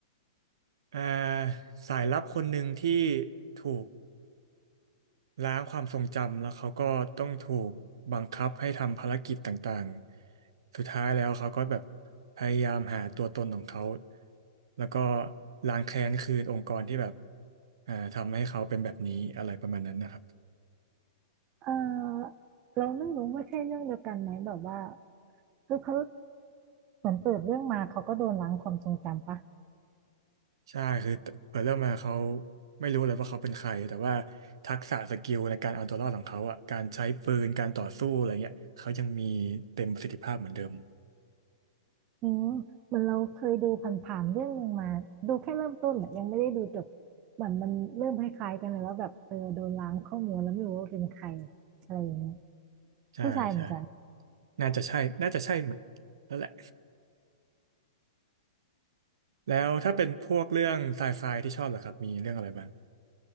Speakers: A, on the right; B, on the right.
A: อ่าสายลับคนหนึ่งที่ถูกล้างความทรงจำแล้วเขาก็ต้องถูกบังคับให้ทำภารกิจต่างๆ สุดท้ายแล้วเขาก็แบบพยายามหาตัวตนของเขาแล้วก็ล้างแค้นคืนองค์กรที่แบบอ่าทำให้เขาเป็นแบบนี้อะไรประมาณนั้นนะครับ
B: เออเราไม่รู้ว่าใช่เรื่องเดียวกันไหมแบบว่าคือเขาเหมือนเปิดเรื่องมาเขาก็โดนล้างความทรงจำปะ
A: ใช่คือเปิดเรื่องมาเขาไม่รู้เลยว่าเขาเป็นใครแต่ว่าทักษะสกิลในการเอาตัวรอดของเขาอ่ะการใช้ปืนการต่อสู้อะไรเงี้ยเขายังมีเต็มประสิทธิภาพเหมือนเดิม
B: อืมเหมือนเราเคยดูผ่านๆเรื่องหนึ่งมาดูแค่เริ่มต้นอะยังไม่ได้ดูจบเหมือนมันเริ่มคล้ายๆกันเลยว่าแบบเออโดนล้างข้อมูลแล้วไม่รู้ว่าเป็นใครอะไรอย่างเงี้ย
A: ใช่ใช่
B: ผู้ชายเหมือนกัน
A: น่าจะใช่ น่าจะใช่เหมือนแล้วแหละแล้วถ้าเป็นพวกเรื่องไซไฟที่ชอบเหรอครับมีเรื่องอะไรบ้าง